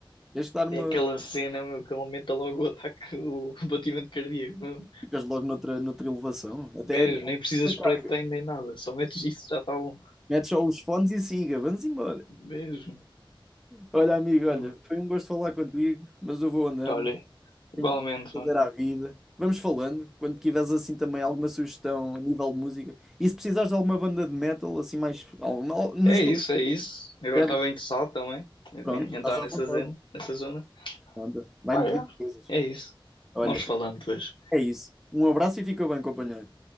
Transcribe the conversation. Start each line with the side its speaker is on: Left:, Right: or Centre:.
Centre: Tens que dar uma.
Left: É aquela cena, meu, que aumenta logo o ataque, o <laughs> batimento cardíaco, meu.
Centre: Ficas logo noutra, noutra elevação. Até
Left: Mesmo,
Centre: é a
Left: nem precisas de
Centre: carga.
Left: pré-treino nem nada, só metes isso, já está bom.
Centre: Mete só os fones e siga. Vamos embora.
Left: Mesmo.
Centre: Olha, amigo, olha,
Left: Uh,
Centre: foi um gosto falar contigo, mas eu vou andando.
Left: olha, igualmente,
Centre: Tenho que fazer
Left: mano.
Centre: à vida. Vamos falando. Quando tiveres assim também alguma sugestão a nível de música. E se precisares de alguma banda de metal, assim mais. Alguma, al- no
Left: É
Centre: estilo
Left: isso,
Centre: de
Left: é isso. Eu agora
Centre: pedra,
Left: estava interessado também em
Centre: pronto, estás
Left: entrar
Centre: à
Left: nessa
Centre: vontade.
Left: zona, nessa zona.
Centre: Pronto. Vai-me
Left: Pá,
Centre: pedir
Left: é.
Centre: coisas.
Left: É isso.
Centre: Olha,
Left: Vamos falando depois.
Centre: é isso. Um abraço e fica bem, companheiro.